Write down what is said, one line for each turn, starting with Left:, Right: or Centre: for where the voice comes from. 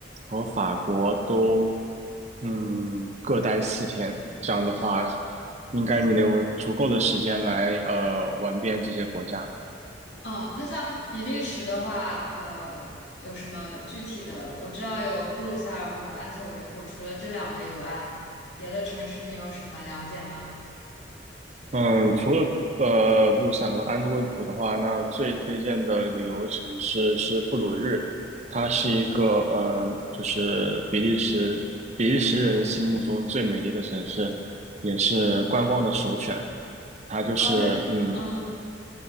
Right: 和法国都，嗯，各待四天。这样的话，应该你能有足够的时间来呃玩遍这些国家。
Left: 嗯，那像比利时的话，呃，有什么具体的？我知道有布鲁塞尔和安特卫普，除了这两个以外，别的城市你有什么了解吗？
Right: 嗯，除了呃布鲁塞和安特卫普的话，那最推荐的旅游城市是布鲁日，它是一个呃，就是比利时比利时人心目中最美丽的城市，也是观光的首选。它就是嗯，
Left: 哦，那嗯